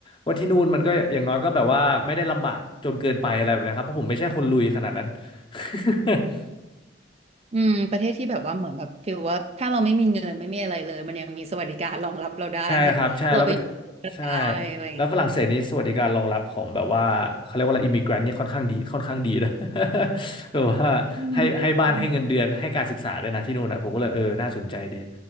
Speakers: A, on the left; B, on the right.
A: ว่าที่นู่นมันก็อย่างน้อยก็แบบว่าไม่ได้ลำบากจนเกินไปอะไรแบบนี้ครับเพราะผมไม่ใช่คนลุยขนาดนั้น <laughs>
B: อืมประเทศที่แบบว่าเหมือนแบบฟีลว่าถ้าเราไม่มีเงินไม่มีอะไรเลยมันยังมีสวัสดิการรองรับเราได้
A: ใช่ครับใช่แล้วประเทศใช่
B: เราไปอยู่ได้อะไรอย่างเงี้ย
A: แล้วฝรั่งเศสนี้สวัสดิการรองรับของแบบว่าเขาเรียกว่าอะไรอิมิเกรนนี่ค่อนข้างดีค่อนข้างดีด้วย <laughs> แบบว่าให้ให้บ้านให้เงินเดือนให้การศึกษาด้วยนะที่นู่นอ่ะผมก็เลยเออน่าสนใจดี
B: อืมอืม